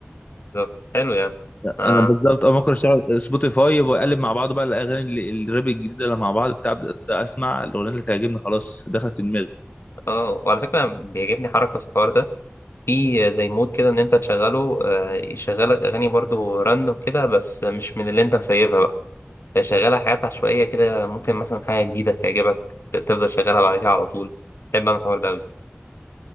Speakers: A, on the left; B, on the left.
A: بالظبط حلو يعني اه
B: انا بالظبط اه ممكن اشتغل سبوتيفاي وبقلب مع بعض بقى الاغاني اللي- الراب الجديده اللي مع بعض بتاع أبدأ اسمع الاغنيه اللي تعجبني خلاص دخلت دماغي
A: اه وعلى فكرة بيعجبني حركة في الحوار ده في زي مود كده ان انت تشغله آه، يشغلك اغاني برضو راندوم كده بس مش من اللي انت مسيفها بقى فيشغلها حاجات عشوائية كده ممكن مثلا حاجة جديدة تعجبك ت- تفضل شغالها بعد كده على طول بحب انا الحوار ده أوي